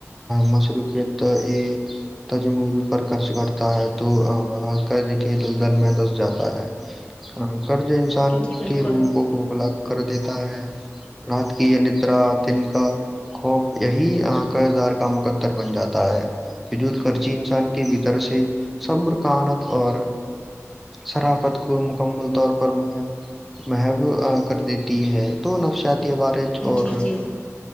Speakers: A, in the centre; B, on the left.
A: مصرو کیتت یہ تجمول پر خرچ کٹتا ہے تو وہ کر کے دلدل میں دس جاتا ہے قض انسان
B: جی بالکل
A: کی رووں کو بلا کر دیتا ہے تران کا خوف یہی کردار کا مقدر بن جاتا ہے وجود خچی انسان کے بھیتر سے صبر کانت اور صرافت کو مکمل طور پر میں ہے محب کر دیتی ہے تو نفشات کے بار اور
B: جی جی